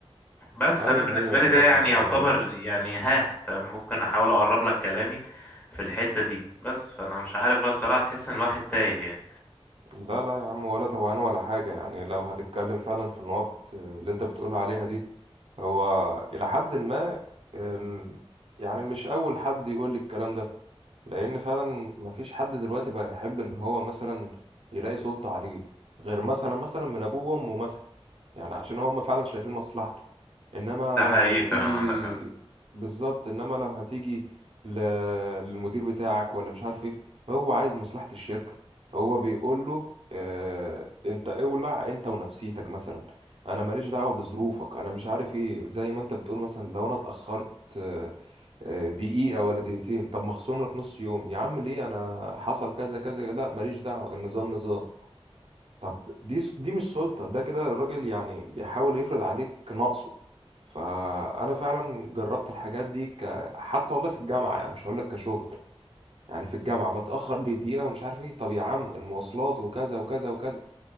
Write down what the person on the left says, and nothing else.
بس
انا بالنسبه
لي
ده يعني يعتبر
يعني ها فممكن احاول اقرب لك كلامي في الحته دي بس فانا مش عارف بقى الصراحه تحس ان الواحد تايه يعني
ده حقيقي
فعلا عندك حق